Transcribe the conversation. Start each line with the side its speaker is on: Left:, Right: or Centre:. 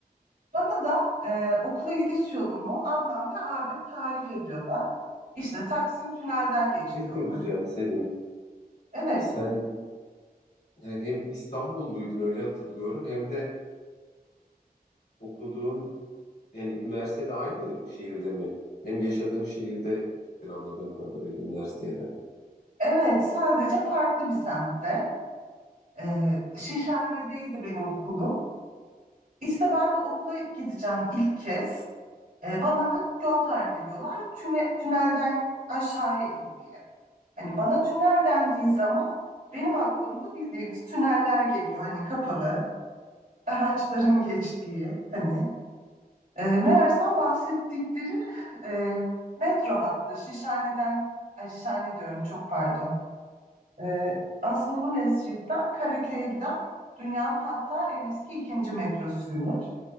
Right: Bana da e, okula gidiş yolumu ablam ve abim tarif ediyorlar. İşte Taksim Tünel'den geç
Left: Ne söyleyeceğim
Right: diyorlar.
Left: Selim?
Right: Evet,
Left: Sen hem İstanbulluydun öyle hatırlıyorum hem de okuduğun yani üniversitede aynı şehirde mi? Hem yaşadığın şehirde gittin anladığım kadarıyla üniversiteye de.
Right: evet sadece farklı bir semtte. Ee, Şişhane'deydi benim okulum. İşte ben de okula gideceğim ilk kez. Ee, bana yol tarif ediyorlar. Tüme, tünelden aşağıya in diye. Hani bana tünel dendiği zaman benim aklımda bildiğimiz tüneller geliyor. Hani kapalı, araçların geçtiği hani. E, meğersem bahsettikleri e, metro hattı Şişhane'den, ay Şişhane diyorum çok pardon. E, Asmalı Mescid'den Karaköy'e giden dünyanın hatta en eski ikinci metrosuymuş.